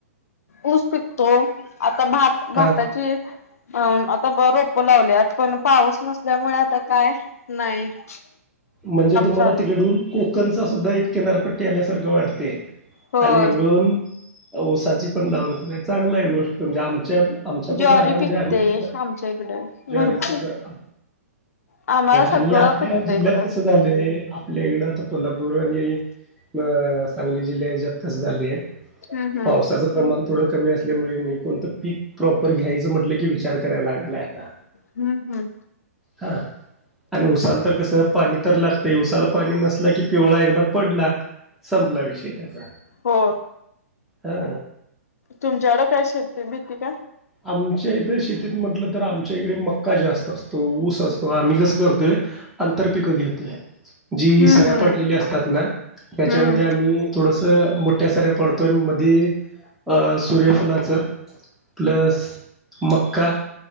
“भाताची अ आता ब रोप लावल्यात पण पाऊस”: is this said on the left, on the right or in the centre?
Left